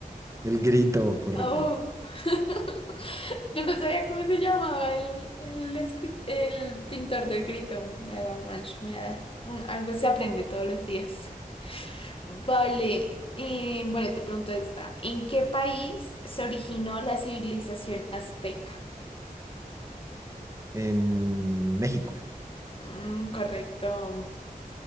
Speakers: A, on the right; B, on the left.
A: El grito, correcto.
B: Uf. <laughs> Yo no sabía cómo se llamaba el, el, escri- el pintor del grito, Edward Munch. Mira, un- algo se aprende todos los días. Vale, eh, bueno, te pregunto esta. ¿En qué país se originó la civilización azteca?
A: En México,
B: Mm, correcto,